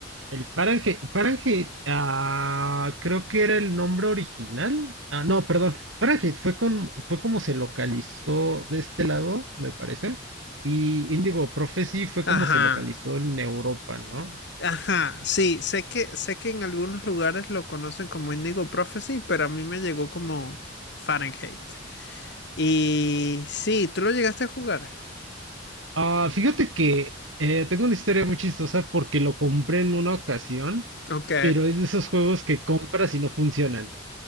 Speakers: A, on the right; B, on the left.
A: El Fahrenheit, Fahrenheit, ah, creo que era el nombre original. Ah, no, perdón. Fahrenheit fue con, fue como se localizó de este lado, me parece. Y Indigo Prophecy fue como
B: Ajá.
A: se localizó en Europa, ¿no?
B: Ajá, sí, sé que, sé que en algunos lugares lo conocen como Indigo Prophecy, pero a mí me llegó como Fahrenheit. Y sí, ¿tú lo llegaste a jugar?
A: Ah, fíjate que eh, tengo una historia muy chistosa porque lo compré en una ocasión,
B: Ok.
A: pero es de esos juegos que compras y no funcionan.